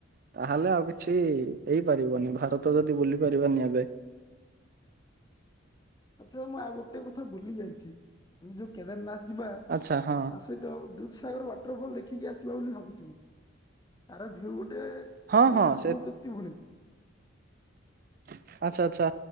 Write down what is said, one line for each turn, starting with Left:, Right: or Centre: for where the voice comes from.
Right: ହୁଁ ତାହେଲେ ଆଉ କିଛି ହେଇପାରିବନି ଭାରତ ଯଦି ବୁଲି ପାରିବାନି ଏବେ। <inaudible>
Left: ଆଚ୍ଛା ମୁଁ ଆଉ ଗୋଟେ କଥା ଭୁଲି ଯାଇଛି ଆମେ ଯୋଉ କେଦାରନାଥ ଯିବା
Right: ଆଚ୍ଛା ହଁ
Left: ତା ସହିତ ଦୁଧସାଗର ୱାଟରଫଲ ଦେଖିକି ଆସିବା ବୋଲି ଭାବୁଛି ମୁଁ ଆର ଭିଉ ଗୋଟେ
Right: ହଁ
Left: ମାନେ
Right: ହଁ
Left: ଆତ୍ମତୃପ୍ତି
Right: ସେ
Left: <unintelligible>
Right: ହ ଆଚ୍ଛା ଆଚ୍ଛା